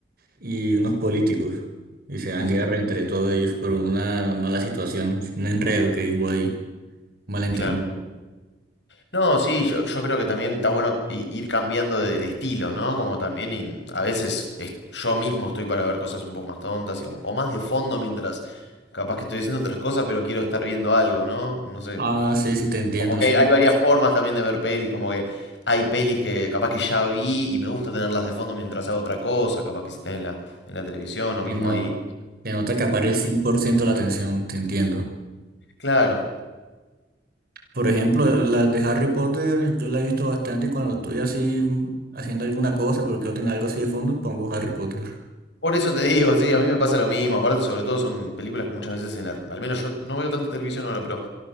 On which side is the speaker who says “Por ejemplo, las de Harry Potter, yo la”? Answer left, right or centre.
Right